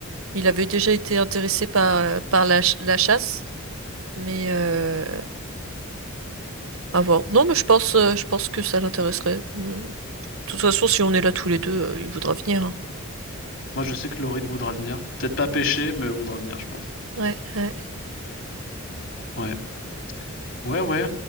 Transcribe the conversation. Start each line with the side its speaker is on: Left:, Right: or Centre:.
Right: il avait déjà été intéressé par, par la, ch- la chasse, mais euh, À voir. Non, mais je pense, euh, je pense que ça l'intéresserait. De toute façon, si on est là tous les deux, euh, il voudra venir. hein.
Left: Moi, je sais que Laurine voudra venir. Peut-être pas pêcher, mais elle voudra venir, je pense.
Right: Ouais, ouais.
Left: Ouais. Ouais, ouais.